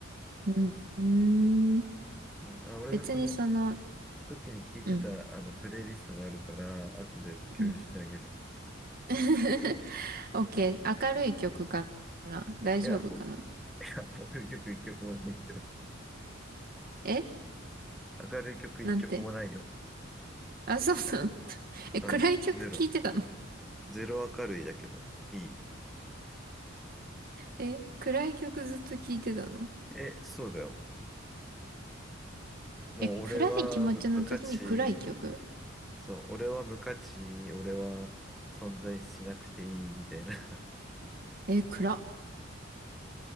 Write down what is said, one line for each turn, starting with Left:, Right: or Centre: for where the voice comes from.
Right: うん。うーん
Centre: うん。あ、俺がその
Right: 別にその、
Centre: 時に聞いてた、
Right: うん、
Centre: あの、プレイリストがあるから、後で共有してあげる。
Right: うん。<laughs> オッケー、明るい曲かな大丈夫かな
Centre: いや、<laughs> 明るい曲一曲もないけど。
Right: え
Centre: 明るい曲一曲もないよ。
Right: なんて。あ、そうそう。え、暗い曲聴いてたの
Centre: うん、ゼロ。ゼロ明るいだけど、いい。
Right: え、暗い曲ずっと聴いてたの
Centre: え、そうだよ。もう俺は無無価値、
Right: え、暗い気持ちの時に暗い曲
Centre: そう、俺は無価値、俺は存在しなくていいみたいな。<laughs> い
Right: え、暗。